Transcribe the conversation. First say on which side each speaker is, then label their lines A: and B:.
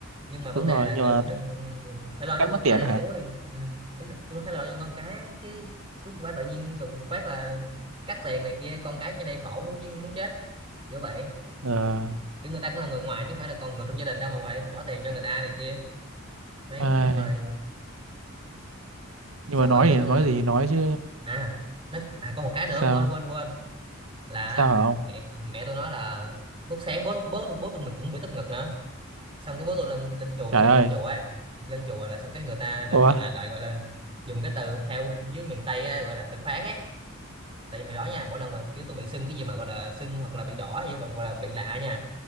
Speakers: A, on the right (about 25°); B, on the right (about 80°).
A: nhưng mà vấn
B: đúng
A: đề
B: rồi
A: là
B: nhưng
A: kiểu
B: mà
A: đừng, ừ, phải lo
B: cắt
A: cho con
B: mất
A: cái
B: tiền
A: đầy
B: đó
A: đủ
B: hả
A: ấy. Ừ. Ý là tôi phải lo cho con cái chứ chứ không phải tự nhiên đùng phát là cắt tiền này kia con cái trên đây khổ chứ muốn chết kiểu vậy
B: ờ
A: kiểu người ta cũng là người ngoài chứ không phải là con người trong gia đình đâu mà phải bỏ tiền cho người ta này kia đấy
B: ai
A: xong rồi
B: nhưng
A: xong
B: mà nói
A: rồi nói
B: thì
A: chung
B: nói
A: là
B: gì thì nói chứ
A: à nói à có một cái nữa
B: sao
A: quên quên quên là
B: sao hả ông
A: mẹ mẹ tôi nói là lúc sáng bố bố bố tụi mình cũng bị tức ngực nữa xong cái bố tôi lên lên chùa
B: trời
A: nói chung
B: ơi
A: lên chùa ấy lên chùa là xong cái người ta lại
B: ủa
A: lại, lại gọi là dùng cái từ theo dưới miền Tây á, gọi là từ phán ấy tại vì hồi đó nha mỗi lần mà kiểu tôi bị sưng cái gì mà gọi là sưng hoặc là bị đỏ hay gọi là bị lạ nha